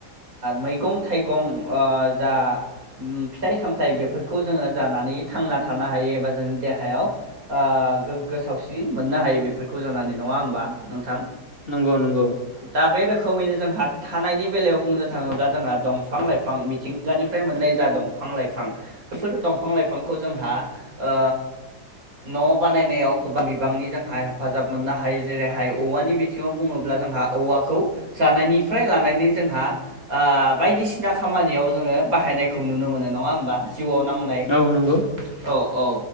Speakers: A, on the right; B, on the left.
A: मैगं थाइगं जा फिथाइ सामथाइ बेफोरखौ जोङो जानानै थांना थानो हायो एबा जोंनि देहायाव गोग्गो सावस्रि मोननो हायो बेफोरखौ जानानै नङा होमबा नोंथां
B: नंगौ नंगौ।
A: दा बे रोखोमैनो जोंहा थानायनि बेलायाव बुंनो थाङोब्ला जोंहा दंफां लाइफां मिथिंगानिफ्राय मोननाय जा दंफां लाइफां बेफोर दंफां लाइफांखौ जोंहा ओ न' बानायनायाव गोबां बिबांनि जोंहा हेफाजाब मोननो हायो जेरैहाय औवानि बिथिङाव बुङोब्ला जोंहा औवाखौ जानायनिफ्राय लानानै जोंहा ओ बायदिसिना खामानियाव जोङो बाहायनायखौ नुनो मोनो नङा होमबा जिउआव नांनाय
B: औ नंगौ
A: औ औ